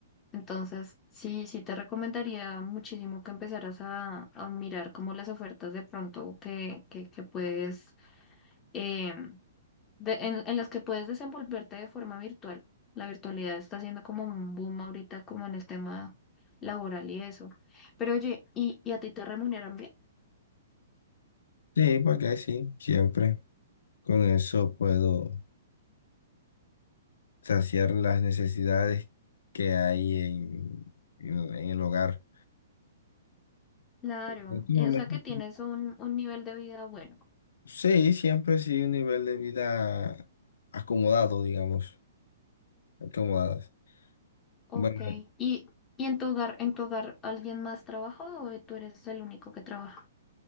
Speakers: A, on the left; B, on the left.
A: Entonces, sí, sí te recomendaría muchísimo que empezaras a, a mirar como las ofertas de pronto que, que, que puedes eh, de- en, en las que puedes desenvolverte de forma virtual. La virtualidad está siendo como un boom ahorita, como en el tema laboral y eso. Pero oye, ¿y, y a ti te remuneran bien?
B: Sí, para qué, sí, siempre. Con eso puedo. saciar las necesidades que hay en, en- en el hogar.
A: Claro,
B: En este momento,
A: y, o sea que tienes un, un nivel de vida bueno.
B: sí, siempre sí un nivel de vida acomodado, digamos, acomodadas.
A: Ok,
B: Bueno,
A: ¿y, y en tu hogar, en tu hogar alguien más trabaja o tú eres el único que trabaja?